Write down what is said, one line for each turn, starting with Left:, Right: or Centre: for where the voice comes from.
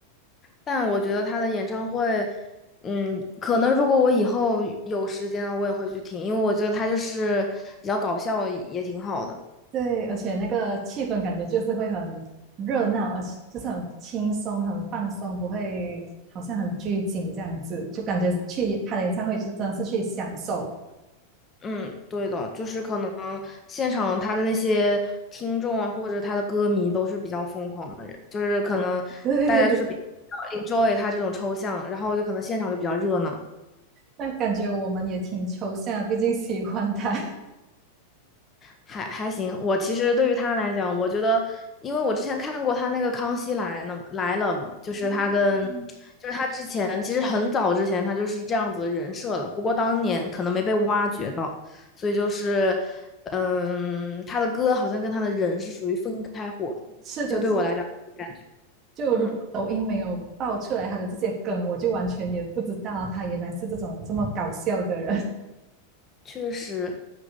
Left: 但我觉得他的演唱会，嗯，可能如果我以后有时间了，我也会去听，因为我觉得他就是比较搞笑，也挺好的。
Right: 对，而且那个气氛感觉就是会很热闹，而且就是很轻松、很放松，不会好像很拘谨这样子，就感觉去他的演唱会就真的是去享受，
Left: 嗯，对的，就是可能现场他的那些听众啊，或者他的歌迷都是比较疯狂的人，就是可能大家就是比较
Right: 对，
Left: enjoy 他这种抽象，然后就可能现场就比较热闹。
Right: 那感觉我们也挺抽象的，毕竟喜欢他。
Left: 还还行，我其实对于他来讲，我觉得，因为我之前看过他那个《康熙来了》来了嘛，就是他跟，
Right: 嗯
Left: 就是他之前其实很早之前他就是这样子的人设了，不过当年可能没被挖掘到，所以就是，嗯，他的歌好像跟他的人是属于分开火的就对我来讲感觉，
Right: 是的，是就如果抖音没有爆出来他的这些梗，
Left: 嗯，
Right: 我就完全也不知道他原来是这种这么搞笑的人。<laughs>
Left: 确实，